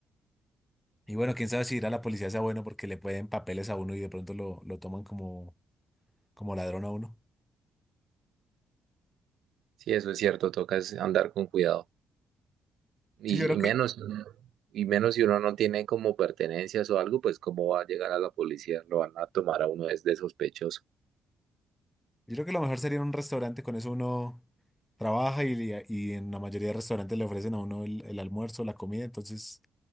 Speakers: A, in the centre; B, on the right.
A: Y bueno, quién sabe si ir a la policía sea bueno porque le pueden papeles a uno y de pronto lo, lo toman como, como ladrón a uno.
B: Sí, eso es cierto, toca es andar con cuidado. Y,
A: Sí, yo creo
B: y
A: que
B: menos, y menos si uno no tiene como pertenencias o algo, pues cómo va a llegar a la policía, lo van a tomar a uno es de sospechoso.
A: Yo creo que lo mejor sería un restaurante, con eso uno trabaja y, y en la mayoría de restaurantes le ofrecen a uno el, el almuerzo, la comida, entonces